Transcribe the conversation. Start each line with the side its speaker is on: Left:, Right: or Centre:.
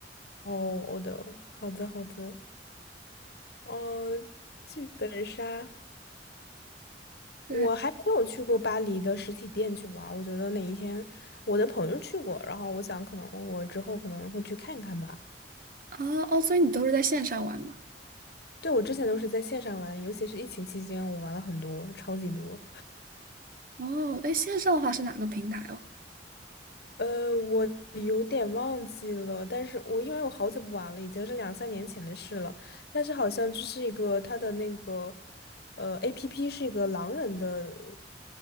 Left: 哦，我的，好的，好的，哦，剧本杀，
Right: 对
Left: 我还没有去过巴黎的实体店去玩儿我觉得哪一天我的朋友去过，然后我想可能我之后可能会去看看吧。
Right: 啊，哦，所以你都是在线上玩吗？
Left: 对，我之前都是在线上玩，尤其是疫情期间，我玩了很多，超级多。
Right: 哦，哎，线上的话是哪个平台哦？
Left: 呃，我有点忘记了，但是我因为我好久不玩了，已经是两三年前的事了。但是好像就是一个它的那个呃 APP 是一个狼人的，